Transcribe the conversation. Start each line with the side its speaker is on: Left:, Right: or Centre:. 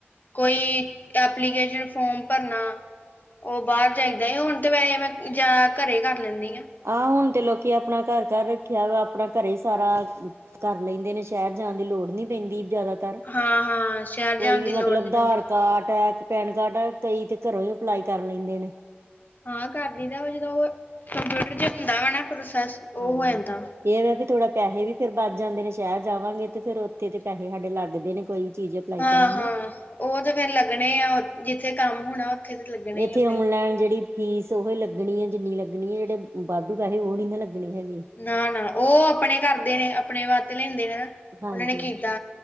Left: ਕੋਈ ਐਪਲੀਕੇਸ਼ਨ ਫੋਮ ਭਰਨਾ। ਉਹ ਬਾਹਰ ਜਾਈਦਾ ਹੁਣ ਤੇ ਵੈਸੇ ਮੈਂ ਜ਼ਿਆਦਾ ਘਰੇ ਕਰ ਲੈਂਦੀ ਆਾਂ।
Right: ਆਹ ਹੁਣ ਤੇ ਲੋਕੀ ਆਪਣਾ ਘਰ -ਘਰ ਰੱਖਿਆ ਵਾ ਆਪਣਾ ਘਰੇ ਹੀ ਸਾਰਾ ਕਰ ਲੈਂਦੇ ਨੇ ਸ਼ਹਿਰ ਜਾਣ ਦੀ ਲੋੜ ਨੀ ਪੈਂਦੀ ਜ਼ਿਆਦਾਤਰ।
Left: ਹਾਂ ਹਾਂ। ਸ਼ਹਿਰ
Right: ਕੋਈ
Left: ਜਾਣ
Right: ਵੀ
Left: ਦੀ ਲੋੜ
Right: ਮਤਲਬ
Left: ਨਹੀਂ
Right: ਆਧਾਰ
Left: ਪੈਂਦੀ
Right: ਕਾਰਡ ਹੈ ਪੈਨ ਕਾਰਡ ਹੈ ਕਈ ਤੇ ਘਰੋਂ ਹੀ ਅਪਲਾਈ ਕਰ ਲੈਂਦੇ ਨੇ।
Left: ਹਾ। ਕਰਦੀਦਾ ਜਦੋਂ ਉਹ ਕੰਪਿਊਟਰ ਚ ਹੁੰਦਾ ਵਾ ਨਾ ਪ੍ਰੋਸੈਸ ਉਹ
Right: ਹਾਂਜੀ
Left: ਹੋ ਜਾਂਦਾ ਵਾ
Right: ਇਹਦਾ ਵੀ ਥੋੜਾ ਪੈਸੇ ਵੀ ਫਿਰ। ਬਚ ਜਾਂਦੇ ਨੇ ਸ਼ਹਿਰ ਜਾਵਾਂਗੇ ਤੇ ਫੇਰ ਉੱਥੇ ਤੇ ਪੈਸੇ ਸਾਡੇ ਲੱਗਦੇ ਨੇ ਕੋਈ ਚੀਜ਼ ਅਪਲਾਈ
Left: ਹਾਂ
Right: ਕਰਾਂਗੇ
Left: ਹਾਂ ਉਹ ਤੇ ਫੇਰ ਲੱਗਣੇ ਆ ਜਿੱਥੇ ਕੰਮ ਹੋਣਾ ਉੱਥੇ ਲੱਗਣੇ
Right: ਇੱਥੇ
Left: ਹੀ ਆ
Right: ਔਨਲਾਈਨ
Left: ਫਿਰ
Right: ਜਿਹੜੀ ਫੀਸ ਉਹੀ ਲੱਗਣੀ ਹੈ ਜਿੰਨੀ ਲੱਗਣੀ ਹੈ ਜਿਹੜੇ ਵਾਧੂ ਪੈਸੇ ਉਹ ਨਹੀਂ ਨਾ ਲੱਗਣੇ ਹੈਗੇ।
Left: ਨਾ ਨਾ ਉਹ ਆਪਣੇ ਕਰਦੇ ਨੇ ਆਪਣੇ ਵਧ ਲੈਂਦੇ ਨੇ ਨਾ।
Right: ਹਾਂਜੀ
Left: ਉਹਨਾਂ ਨੇ ਕੀਤਾ